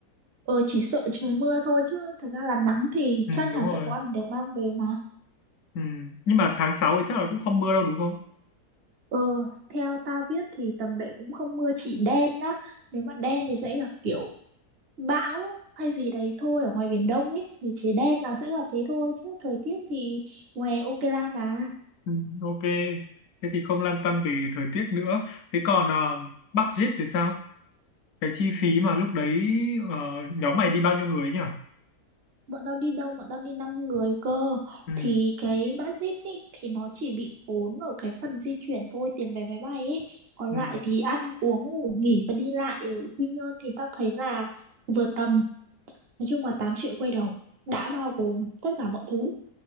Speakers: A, on the right; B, on the left.
A: ờ chỉ sợ trời mưa thôi chứ thật ra là nắng thì
B: ừ,
A: chắc chắn
B: đúng rồi
A: sẽ có ảnh đẹp mang về mà
B: ừ. nhưng mà tháng 6 thì chắc là cũng không mưa đâu đúng không
A: ờ theo tao biết thì tầm đấy cũng không mưa chỉ đen á nếu mà đen thì sẽ gặp kiểu bão hay gì đấy thôi ở ngoài Biển Đông ấy thì chỉ đen là sẽ gặp thế thôi chứ thời tiết thì ngoài ok la mà
B: ừ, ok thế thì không lăn tăn về thời tiết nữa thế còn uh, budget thì sao cái chi phí mà lúc đấy ờ, nhóm mày đi bao nhiêu người nhỉ
A: bọn tao đi đâu bọn tao đi 5 người cơ
B: ừ,
A: thì cái budget ấy thì nó chỉ bị ốm ở cái phần di chuyển thôi tiền vé máy bay ấy còn
B: ừ,
A: lại thì ăn uống ngủ nghỉ và đi lại ở Quy Nhơn thì tao thấy là vừa tầm nói chung là 8 triệu quay đầu đã bao gồm tất cả mọi thứ